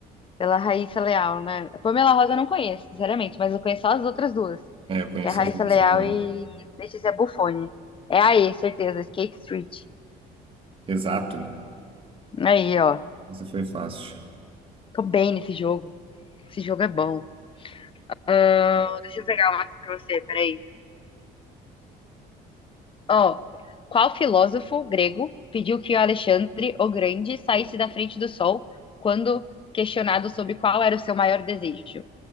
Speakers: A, on the left; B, on the right.
A: Pela Raíssa Leal, né? A Pamela Rosa eu não conheço, sinceramente, mas eu conheço só as outras duas,
B: É, eu conheço
A: que é a Raíssa
B: as duas
A: Leal
B: só também.
A: e Letícia Buffoni. É aí, certeza, Skate Street.
B: Exato.
A: Aí, ó.
B: Essa foi fácil.
A: Tô bem nesse jogo. Esse jogo é bom. Ahn, deixa eu pegar uma aqui pra você, peraí. Ó, qual filósofo grego pediu que o Alexandre o Grande saísse da frente do sol quando questionado sobre qual era o seu maior desejo?